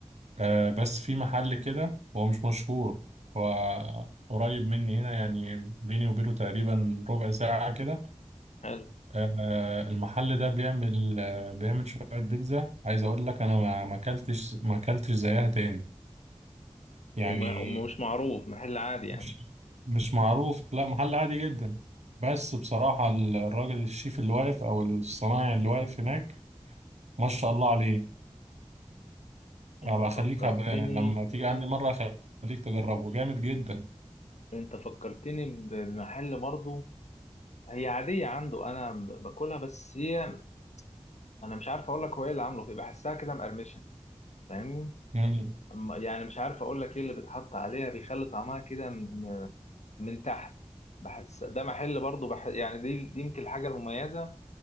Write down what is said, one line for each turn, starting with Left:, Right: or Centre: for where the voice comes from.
Right: آه بس في محل كده هو مش مشهور هو قريب مني هنا يعني بيني وبينه تقريبا ربع ساعه كده
Left: حلو
Right: آه، المحل ده بيعمل آه، بيعمل شوية بيتزا عايز أقول لك أنا ما ما أكلتش ما أكلتش زيها تاني يعني
Left: وما ومش معروف محل عادي يعني
Right: مش مش معروف لا محل عادي جدا بس بصراحة ال- الراجل الشيف اللي واقف أو الصنايعي اللي واقف هناك ما شاء الله عليه
Left: انت
Right: هبقى
Left: فكرتني
Right: أخليك هبقى لما تيجي عندي مرة أخليك تجربه جامد جدا
Left: انت فكرتني بمحل برضه هي عادية عنده انا ب- باكلها بس هي انا مش عارف اقول لك هو ايه اللي عامله فيه بحسها كده مقرمشة فاهمني
Right: مم.
Left: أما- يعني مش عارف اقول لك ايه اللي بيتحط عليها بيخلي طعمها كده م- م- من تحت بحس ده محل برضه بح... يعني دي دي يمكن الحاجة المميزة